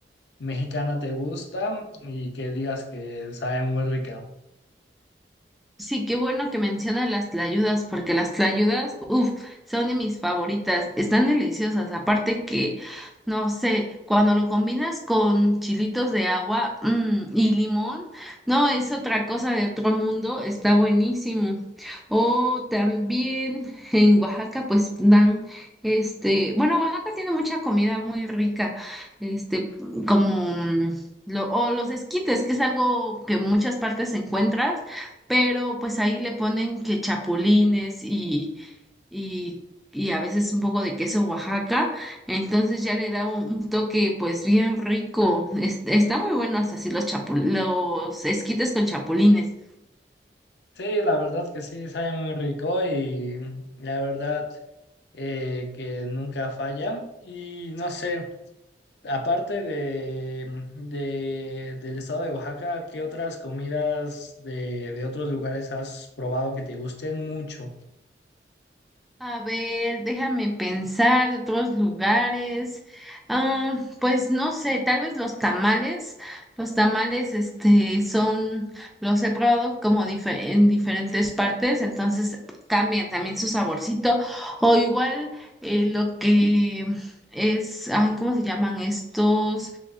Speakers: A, on the left; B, in the centre.
A: mexicana te gusta y que digas que sabe muy rica.
B: Sí, qué bueno que mencionas las tlayudas, porque las tlayudas, uff, son de mis favoritas, están deliciosas, aparte que, no sé, cuando lo combinas con chilitos de agua, mm, y limón, no, es otra cosa de otro mundo, está buenísimo. O también en Oaxaca, pues dan, este, bueno, Oaxaca tiene mucha comida muy rica, este, como... mm, lo- o los esquites, que es algo que en muchas partes se encuentra pero pues ahí le ponen que chapulines y, y, y a veces un poco de queso Oaxaca, entonces ya le da un, un toque pues bien rico. Es- está muy bueno hasta así los chapul los esquites con chapulines.
A: Sí, la verdad que sí, sabe muy rico y la verdad eh, que nunca falla. Y no sé, aparte de, de- del estado de Oaxaca, ¿qué otras comidas de, de otros lugares has probado que te gusten mucho?
B: A ver, déjame pensar de otros lugares. Ah, pues no sé, tal vez los tamales. Los tamales, este, son, los he probado como dife- en diferentes partes, entonces cambian también su saborcito. O igual eh, lo que es, ay, ¿cómo se llaman estos?